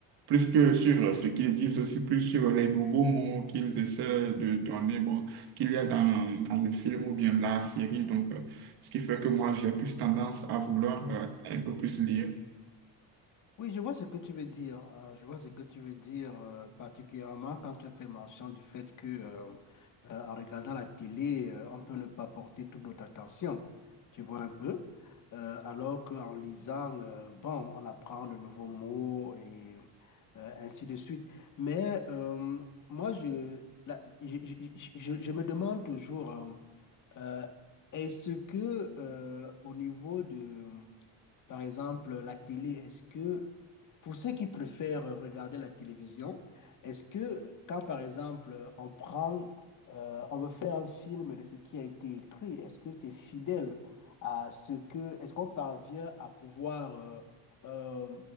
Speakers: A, on the right; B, on the left.
A: plus que sur euh, ce qu'ils disent aussi, plus sur les nouveaux mots qu'ils essaient de donner, bon, qu'il y a dans, dans le film ou bien la série. Donc, euh, ce qui fait que moi, j'ai plus tendance à vouloir euh, un peu plus lire.
B: Oui, je vois ce que tu veux dire. euh, je vois ce que tu veux dire, euh, particulièrement quand tu as fait mention du fait que, euh, euh, en regardant la télé, euh, on peut ne pas porter toute notre attention. Tu vois un peu. Euh, alors qu'en lisant, euh, bon, on apprend de nouveaux mots et euh, ainsi de suite. Mais euh, moi, je, la- je, je- je- je me demande toujours, euh, euh, est-ce que euh, au niveau de par exemple, la télé, est-ce que, pour ceux qui préfèrent regarder la télévision, est-ce que quand, par exemple, on prend, euh, on veut faire un film de ce qui a été écrit, est-ce que c'est fidèle à ce que, est-ce qu'on parvient à pouvoir euh, euh,